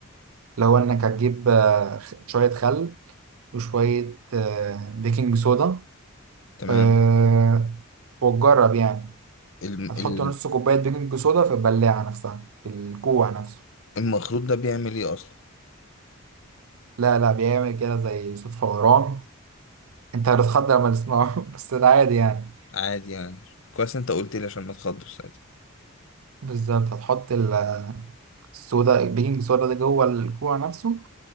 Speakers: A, on the right; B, on the left.
A: لو انك هتجيب آه، خ- شوية خل وشوية آه، بيكنج صودا
B: تمام
A: آه، وتجرب يعني
B: ال-
A: هتحط
B: ال-
A: نص كوباية بيكنج صودا في البلاعة نفسها في الكوع نفسه
B: المخروط ده بيعمل ايه اصلا
A: لا لا بيعمل كده زي صوت فوران انت هتتخض لما تسمعه <laughs> بس ده عادي يعني
B: عادي يعني كويس انت قلت لي عشان ما تخضش ساعتها
A: بالظبط هتحط ال- الصودا البيكنج صودا ده جوه الكوع نفسه